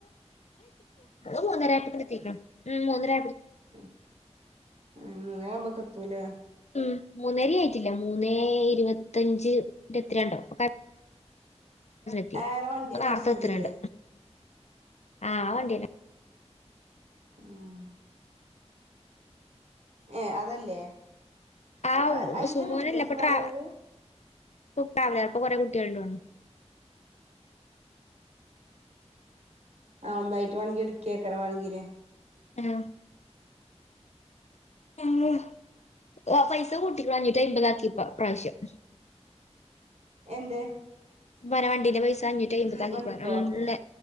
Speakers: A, on the left; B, on the right.
A: മൂന്നര ആയപ്പോൾ എത്തിക്കണ് ഉം മൂന്നര
B: ഉ മൂന്ന നേരം ആമ്പ എത്തൂലേ
A: ഉം മൂന്നര ആയിട്ടില്ല മൂന്നേ ഇരുപത്തഞ്ച് ഇരുപത്തിരണ്ടോ ഒക്കെ ത്തി
B: ആരെ വണ്ടി
A: ഇപ്പൊ നേരത്തെ
B: റഷീദിന്റെ
A: എത്തലുണ്ട് ആഹ് വണ്ടിയന്നെ
B: ആഹ് ഏ അതല്ലേ
A: ആ
B: അപ്പൊ അയില
A: സുമോനല്ല
B: വെരുന്നണ്ടോ
A: ഇപ്പൊ
B: ട്രാവലറ്
A: ട്രാവ ട്രാവലർ കുറെ കുട്ടികൾ ഉണ്ട് തോന്നുന്നു
B: ആ ഒന്നായിട്ട് വേണെങ്കി എടുക്കിയക്കണ വേണെങ്കല്ലേ
A: മ് ആഹ് ആ പൈസ കൂട്ടിന് അഞ്ഞുറ്റി അമ്പത് ആക്കി ഇപ്രാവശ്യം
B: എന്തെ
A: വര വണ്ടീന്റെ പൈസ അഞ്ഞൂറ്റൈമ്പതാ കഴിയുമ്പോ
B: വണ്ടിക്കോ
A: താക്കണംന്ന